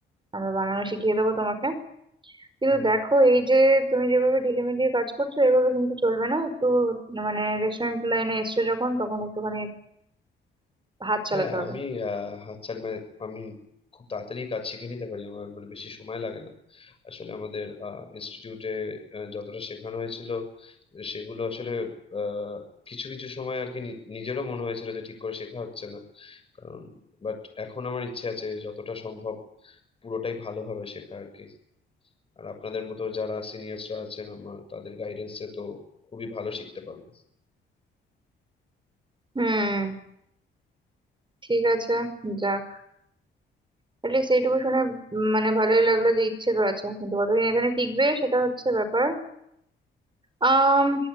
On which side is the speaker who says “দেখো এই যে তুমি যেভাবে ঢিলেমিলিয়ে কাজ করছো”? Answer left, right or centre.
Right